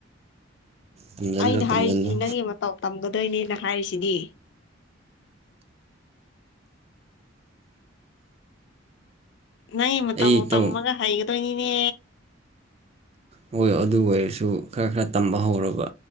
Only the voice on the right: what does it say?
ꯇꯝꯁꯤꯜꯂꯣ
ꯇꯝꯁꯤꯜꯂꯣ
ꯑꯩ
ꯇꯧ
ꯍ ꯑꯗꯨ ꯑꯣꯏꯔꯁꯨ ꯈꯔ ꯈꯔ ꯇꯝꯕ ꯍꯧꯔꯕ